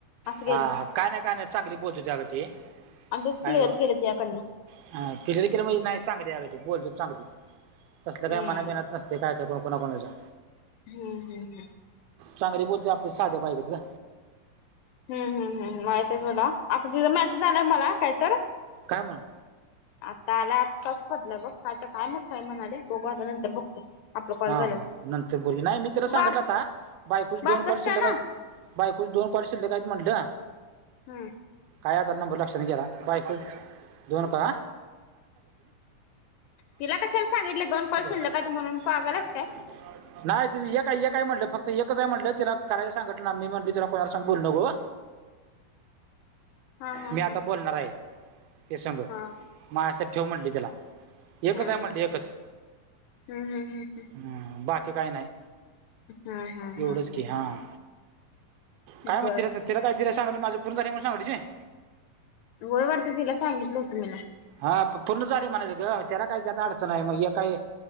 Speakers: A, on the left; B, on the right.
A: असं
B: हा
A: केलं
B: काय नाही काय नाही चांगली बोलतेती अग ती,
A: अगदीच
B: काय
A: क्लिअर
B: व?
A: केलं तिच्याकडनं
B: <unintelligible> केलं म्हणजे नाही चांगली बोलतेत चांगली, तसलं काही
A: हम्म
B: मनाबीनात नसते काय ते कोण कोणा कोणाच्या.
A: हम्म हम्म हम्म.
B: चांगली बोलतेत आपल्या साध्या <unintelligible> ग.
A: हम्म हम्म हम्म माहित आहे सोडा. आता तिचा मेसेज आलाय मला काय तर?
B: काय म्हणून?
A: आता आला आत्ताच पडला बघ, काय तर काय माहित काय म्हणाले बघू आता नंतर बघतो. आपला कॉल
B: हा
A: झाल्यावर
B: हा नंतर बोल नाही मी तिला सांगितला
A: बास
B: होता बायकोची
A: बासष्ट
B: दोन कॉल शिल्लक
A: ना
B: आहेत. बायकोची दोन कॉल शिल्लक आहेत म्हटलं.
A: हम्म.
B: काय आता नंबर लक्षात गेला बायको दोन का
A: तिला कशाला सांगितले दोन कॉल शिल्लक
B: <unintelligible>
A: आहेत
B: <unintelligible>
A: म्हणून पागल
B: <unintelligible>
A: आहेस काय
B: नाही ती एकय एकय म्हटलं फक्त एकच आहे म्हटलं, तिला करायला सांगत ना मी म्हटलं तिला कोणाला संग बोलू नको.
A: हा हा
B: मी आता
A: हा
B: बोलणार आहे हे संग.
A: हा
B: मायासाठी ठेव म्हटली तिला.
A: हम्म
B: एकच
A: हम्म,
B: आहे म्हटली एकच
A: हम्म हम्म हम्म हम्म.
B: हम्म बाकी काही नाही.
A: हम्म हम्म हम्म
B: एवढंच की
A: हम्म.
B: हां काय माहित
A: बर
B: तिरा तिला काय तिरा सांगितलो माझं पूर्ण झाले म्हणून सांगिलो तिची.
A: होय वाटतं तिला सांगितलं होतं मीला.
B: हा पूर्ण झाले म्हणायचं ग त्याला काही त्याता अडचण हाय मग हे काय